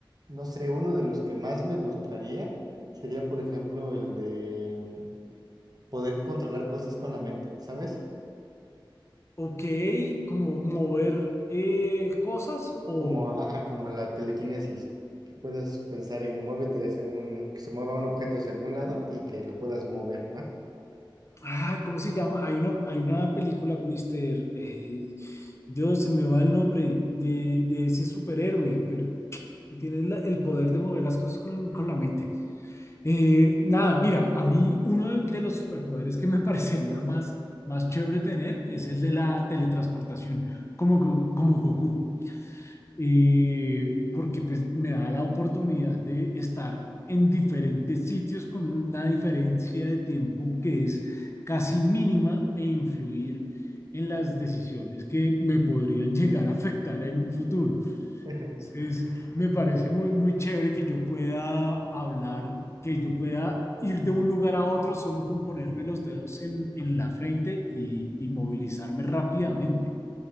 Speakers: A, on the right; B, on the left.
A: no sé, uno de los que más me gustaría sería, por ejemplo, el de mm, poder controlar cosas con la mente, ¿sabes?
B: Ok, como mover eh, cosas o...
A: Como, ajá, como la telequinesis, que puedas pensar en muévete hacia un, que se mueva un objeto hacia algún lado y que lo puedas mover, ¿no?
B: Ah, ¿cómo se llama? Hay una, hay una película, Mister... eh, Dios, se me va el nombre de, de ese superhéroe, pero que tiene la- el poder de mover las cosas con, con la mente. Eh, nada, mira, a mí uno de de los superpoderes que me <laughs> parecería más, más chévere tener es el de la teletransportación, como, Go- como Goku. eh, porque pues me da la oportunidad de estar en diferentes sitios con una diferencia de tiempo que es casi mínima e influir en las decisiones que me podrían <laughs> llegar a afectar en un futuro.
A: <laughs>
B: Entonces, me parece muy, muy chévere que yo pueda hablar, que yo pueda ir de un lugar a otro solo con ponerme los dedos en, en la frente y y movilizarme rápidamente.